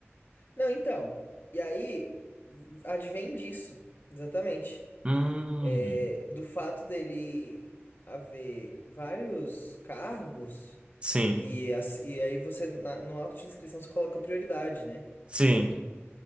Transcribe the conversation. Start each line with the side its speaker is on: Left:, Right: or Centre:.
Left: Não, então. E aí, advém disso, exatamente.
Right: Hum,
Left: É, do fato dele haver vários cargos,
Right: sim.
Left: e, as- e aí você, na- no auto de inscrição, você coloca prioridade, né?
Right: Sim.